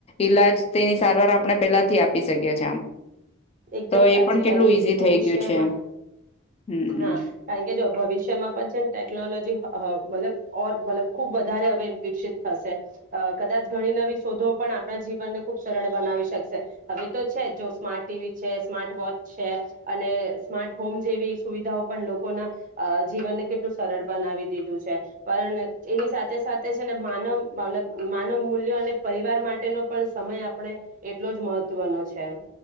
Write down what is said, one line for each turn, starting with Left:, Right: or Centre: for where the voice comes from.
Left: ઈલાજ તેની સારવાર આપણે પેલાથી આપી શકીએ છીએ આમ
Right: એકદમ
Left: તો
Right: સાચી
Left: એ પણ કેટલું
Right: વાત કિધી
Left: ઈઝી
Right: ભવિષ્યમાં
Left: થઈ ગયું છે એમ હમ
Right: હા કા કે જો ભવિષ્યમાં પછી ટેકનોલોજી મતલબ ઓરલબ ખુબ વધારે હવે વિકસિત થશે કદાચ ઘણી નવી શોધો પણ આપણા જીવનને ખૂબ સરળ બનાવી શકશે હવે તો છે જો સ્માર્ટ ટીવી છે સ્માર્ટ વોચ છે અને સ્માર્ટ હોમ જેવી સુવિધાઓ પણ લોકોના આ જીવનને કેટલું સરળ બનાવી દીધું છે પણ એની સાથે સાથે છે ને માનવ બાલ માનવ મૂલ્યો અને પરિવાર માટેનો પણ સમય આપણે એટલો જ મહત્વનો છે